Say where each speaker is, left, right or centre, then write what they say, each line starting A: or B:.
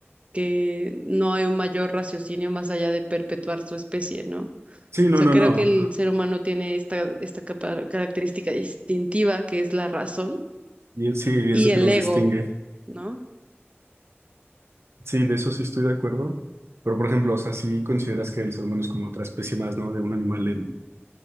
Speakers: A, on the right (about 30°); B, on the right (about 75°).
A: que no hay un mayor raciocinio más allá de perpetuar su especie, ¿no? O
B: Sí, no,
A: sea,
B: no,
A: creo
B: no.
A: que el ser humano tiene esta, esta capa- característica distintiva que es la razón
B: Y sí,
A: y
B: es lo
A: el
B: que nos
A: ego,
B: distingue.
A: ¿no?
B: Sí, de eso sí estoy de acuerdo. Pero, por ejemplo, o sea, sí consideras que el ser humano es como otra especie más, ¿no? De un animal en,